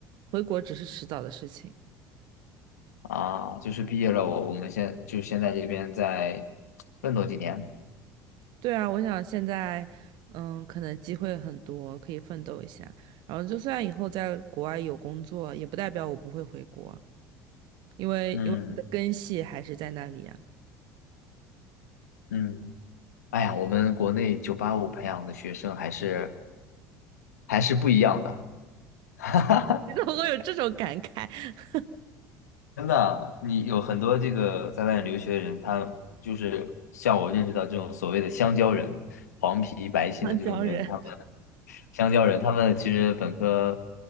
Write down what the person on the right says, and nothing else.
回国只是迟早的事情。
对啊，我想现在，嗯，可能机会很多，可以奋斗一下。然后，就算以后在国外有工作，也不代表我不会回国，因为因为我的根系还是在那里呀、
<laughs> 你怎么会有这种感慨？<laughs>
长江人，